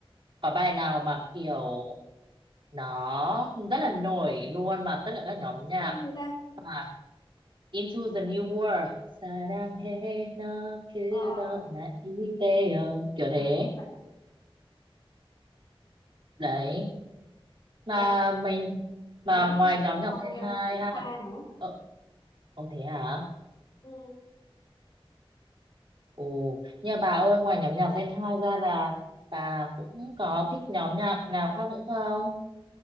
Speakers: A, on the right; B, on the left.
A: có bài nào mà kiểu nó rất là nổi luôn mà tất cả các nhóm nhạc
B: Sea người ta
A: à, Into the New World 사랑해 너 그것
B: ờ ờ ờ,
A: 나 이대요 kiểu
B: ờ,
A: thế
B: không phải.
A: đấy mà
B: hồi đó
A: mình mà
B: hồi đó
A: ngoài
B: tôi
A: nhóm nhạc
B: coi
A: Gen 2
B: uh, Vista
A: ha
B: nữa
A: ờ, ồ thế hả
B: ừ.
A: Ồ, nhà bà ơi, ngoài nhóm nhạc Gen 2 ra là bà cũng có thích nhóm nhạc nào khác nữa không?